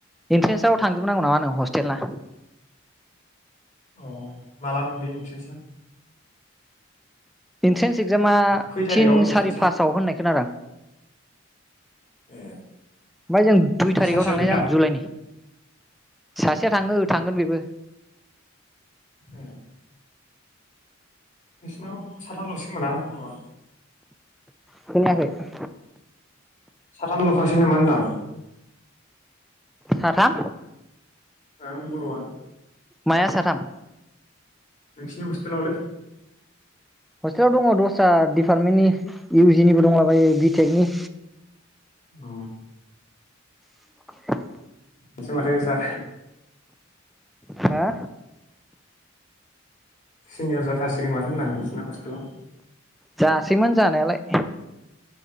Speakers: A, in the centre; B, on the left.
A: इन्ट्रेन्साव थांजोबनांगौ नामा नो हस्टेेलना?
B: अ मालामोन बे इन्ट्रेस्टआ?
A: इन्ट्रेन्स एगजामा
B: खै थारिखआव
A: थिन
B: इन्ट्रेन्सआ
A: सारि फासाव होननाय खोनादां
B: ए
A: ओमफाय जों दुइ
B: ओमफ्राय
A: थारिखआव
B: सासेया
A: थांनाय
B: फैला
A: जागोन जुलाइनि सासेया थाङो थांगोन बेबो
B: ए नोंसिनाव साथामलसो होमबा ना बर'आ
A: खोनायाखै?
B: साथामलखासो नामा होनदां?
A: साथाम
B: ओं बर'आ
A: माया साथाम?
B: नोंसिनि होस्टेलावलै
A: हस्टेलाव दङ दस्रा दिडिपार्टमेन्टनि इउ जि निबो दंलाबायो बिटेक नि
B: अ
A: <unintelligible> <inaudible>
B: नोंसो माथो सार
A: हा
B: सिनियर जाथारसिगोन माथो होनदां नोंसिना हस्पितालाव
A: जासैमोन जानायालाय